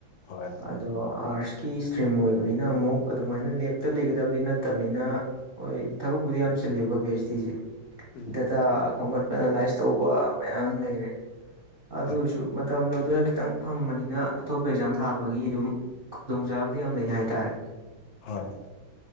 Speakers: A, on the left; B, on the right.
A: ꯍꯣꯏ
B: ꯑꯗꯣ ꯑꯥꯔꯁ ꯀꯤ ꯏꯁꯇ꯭ꯔꯤꯝ ꯑꯣꯏꯕꯅꯤꯅ ꯑꯃꯨꯛ ꯑꯗꯨꯃꯥꯏꯅ ꯂꯦꯞꯇ ꯂꯩꯒꯗꯕꯗꯤ ꯅꯠꯇꯕꯅꯤꯅ ꯍꯣꯏ ꯊꯕꯛꯄꯨꯗꯤ ꯌꯥꯝ ꯆꯤꯜꯂꯦꯕ ꯄꯤ ꯑꯩꯆ ꯗꯤꯖꯦ
A: ꯎꯝ
B: ꯗꯇꯥ ꯈꯣꯡꯝꯒꯠꯄ ꯑꯦꯅꯥꯂꯥꯏꯁ ꯇꯧꯕ ꯃꯌꯥꯝ ꯂꯩꯔꯦ ꯑꯗꯨ
A: ꯍꯣꯏ
B: ꯑꯣꯏꯁꯨ ꯃꯇꯝꯗꯣ ꯑꯗꯨꯅ ꯈꯤꯇꯪ ꯐꯪꯕꯅꯤꯅ ꯑꯇꯣꯞꯄ ꯑꯦꯛꯖꯥꯝ ꯊꯥꯕꯒꯤ ꯑꯗꯨꯝ ꯈꯨꯗꯣꯡꯆꯥꯕꯗꯤ ꯌꯥꯝ ꯂꯩ ꯍꯥꯏꯇꯥꯔꯦ
A: ꯍꯣꯏ